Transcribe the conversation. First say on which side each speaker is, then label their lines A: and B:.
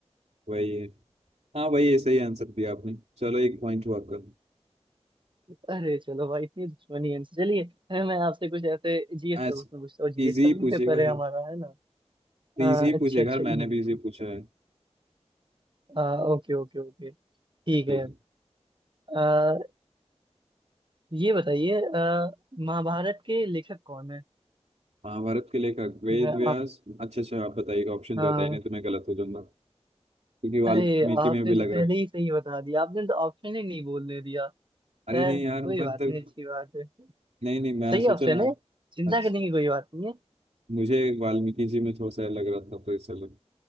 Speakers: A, on the right (about 80°); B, on the right (about 45°).
A: वही है हाँ वही है सही आंसर दिया आपने चलो एक पॉइंट हुआ आपका
B: अरे चलो भाई इतनी दुश्मनी है इनसे। चलिए अरे, मैं आपसे कुछ ऐसे जीएस
A: ऐसे
B: का क्वेश्चन पूछता हूँ जीएस
A: इजी
B: का भी
A: पूछिएगा
B: पेपर है
A: यार
B: हमारा है ना अ,
A: इजी ही पूछिएगा
B: अच्छा अच्छा
A: यार
B: इजी
A: मैंने भी इजी पूछा है
B: Okay okay okay ठीक
A: ठीक
B: है
A: है
B: अ, ये बताइए अ, महाभारत के लेखक कौन है
A: महाभारत के लेखक वेद
B: मैं
A: व्यास अच्छा अच्छा आप बताइएगा ऑप्शन दे
B: आप
A: बताइए नहीं तो मैं गलत हो जाऊंगा क्योंकि वाल्मीकि
B: अरे आपने
A: में भी लग
B: तो पहले
A: रहा है
B: ही सही बता दिया आपने तो ऑप्शन ही नहीं बोलने दिया खैर
A: अरे नहीं यार
B: कोई
A: मतलब
B: बात नहीं अच्छी बात है
A: नहीं नहीं मैं
B: सही
A: सोचा
B: ऑप्शन
A: ना
B: है चिंता
A: अच्छा
B: करने की कोई बात नहीं है
A: मुझे वाल्मीकि जी में थोड़ा सा लग रहा था तो इसलिए